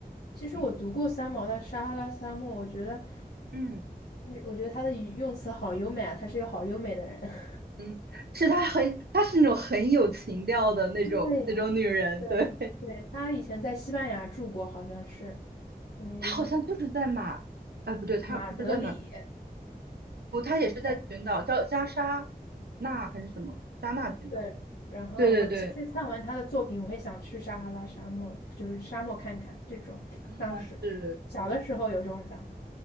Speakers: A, on the left (about 90°); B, on the right (about 80°).
A: 其实我读过三毛的《撒哈拉沙漠》，
B: 嗯
A: 我觉得，
B: 嗯
A: 我觉得他的语用词好优美啊，他是一个好优美的人。<laughs>
B: 嗯，是她很她是那种很有情调的那种那种女人，
A: 对对
B: 对，
A: 对，他以前在西班牙住过，好像是，嗯，
B: 她好像就是在马，哎不对，她不是在马，
A: 马德里，
B: 不，她也是在群岛叫加沙
A: 他是
B: 那还是什么加纳群岛，
A: 对。然后我其实看完他的作品，
B: 对对对。
A: 我会想去撒哈拉沙漠，就是沙漠看看这种。
B: 啊，
A: 当时
B: 是，
A: 小的时候有这种想法，